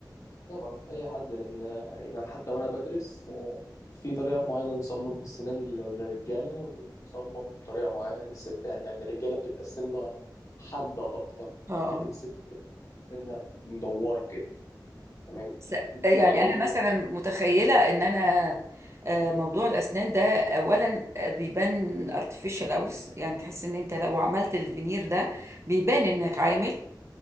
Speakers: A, on the left; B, on the right.
A: طبعا اي حد لان يعني أنا حتى وانا بدرس آه، في طريقه معينه نصمم السنان لل- للرجاله ونصمم طريقه معينه للستات يعني الرجاله بتبقى السنه حاده اكتر
B: اه اه
A: لكن الست بتبقى السنه مدوره كده فاهماني
B: س- يعني
A: علم
B: انا
A: يعني
B: مثلا متخيله ان انا آه، موضوع الاسنان ده اولا آه، بيبان ارتفيشال اوس يعني تحس ان انت لو عملت الفينير ده بيبان انك عامل